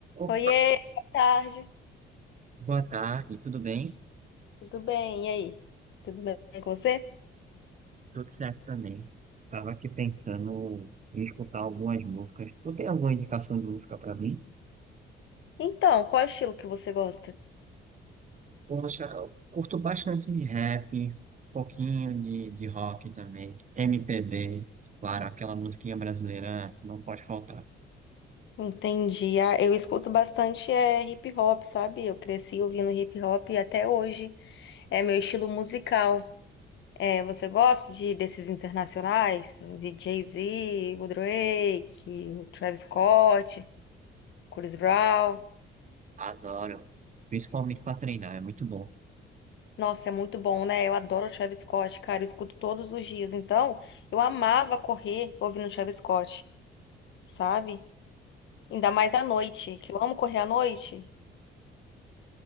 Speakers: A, on the right; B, on the left.
A: Opa,
B: Oiê, boa tarde.
A: boa tarde, tudo bem?
B: Tudo bem? E aí? Tudo bem com você?
A: Tudo certo também. Tava aqui pensando em escutar algumas músicas. Tu tem alguma indicação de música pra mim?
B: Então, qual é o estilo que você gosta?
A: Poxa, eu curto bastante de rap, um pouquinho de, de rock também, MPB, claro, aquela musiquinha brasileira não pode faltar.
B: Entendi. Ah, eu escuto bastante é, hip hop, sabe? Eu cresci ouvindo hip hop e até hoje é meu estilo musical. É, você gosta de desses internacionais? De Jay-Z, o Drake, o Travis Scott, Chris Brown?
A: Adoro, principalmente pra treinar, é muito bom.
B: Nossa, é muito bom, né? Eu adoro o Travis Scott, cara. Eu escuto todos os dias. Então, eu amava correr ouvindo o Travis Scott, sabe? Ainda mais à noite, que eu amo correr à noite.